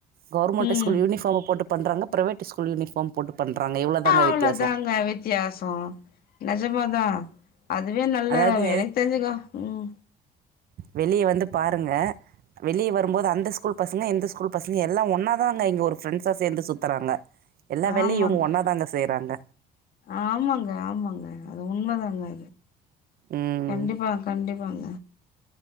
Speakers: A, on the right; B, on the left.
A: கவர்மெண்ட்
B: ம்
A: ஸ்கூல் யூனிஃபார்ம் போட்டு பண்றவங்க பிரவேட்டு ஸ்கூல் யூனிஃபார்ம் போட்டு பண்றாங்க இவ்வளோதாங்க
B: ஆ அவ்ளோதாங்க
A: வித்தியாசம்
B: வித்தியாசம் நெஜமா தா அதுவே நல்ல
A: அதாவது
B: எனக்கு தெரிஞ்சுகா உம்
A: வெளிய வந்து பாருங்க வெளிய வரும்போது அந்த ஸ்கூல் பசங்க இந்த ஸ்கூல் பசங்க எல்லா ஒன்னாதான்ங்க இங்க ஒரு ஃப்ரெண்ட்ஸா சேந்து சுத்துறாங்க. எல்லா வேலையு
B: ஆமாங்க
A: இவங்க ஒன்னா தாங்க செய்யறாங்க
B: ஆமாங்க ஆமாங்க அது உண்மதாங்க
A: ம்
B: கண்டிப்பா கண்டிப்பாங்க